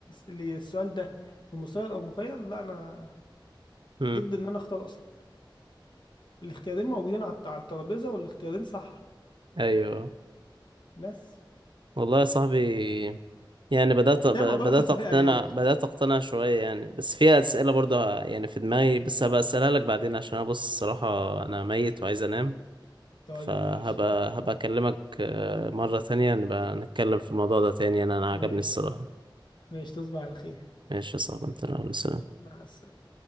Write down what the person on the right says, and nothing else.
امم
<laughs> ايوه
والله يا صاحبي يعني بدأت ب-
بدأت
أقتنع
بدأت أقتنع شوية يعني بس في أسئلة برضه يعني في دماغي بس هبقى أسألها لك بعدين عشان أنا بص الصراحة أنا ميت وعايز أنام
فهبقى
هبقى أكلمك آه، مرة تانية نبقى نتكلم في الموضوع ده تاني أنا أنا
عجبني الصراحة
ماشي يا صاحبي أنت السلام